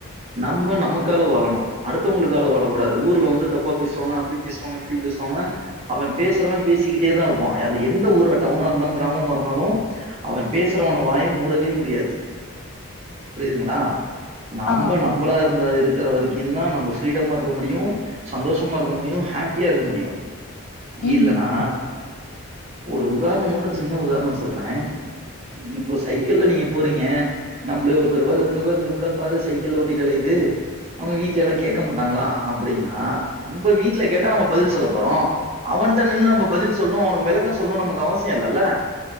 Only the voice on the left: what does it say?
ஆ
ம்
ம்
ம்